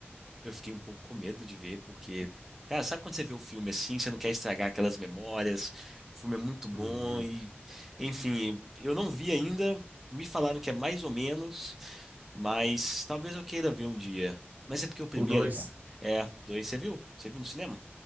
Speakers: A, in the centre; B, on the right.
A: eu fiquei um pouco com medo de ver, porque, cara, sabe quando você vê o filme assim, você não quer estragar aquelas memórias, o filme é muito bom
B: Uhum.
A: e, enfim, eu não vi ainda, me falaram que é mais ou menos, mas talvez eu queira ver um dia. Mas é porque o primeiro,
B: O dois
A: cara, é, o dois, você viu? Você viu no cinema?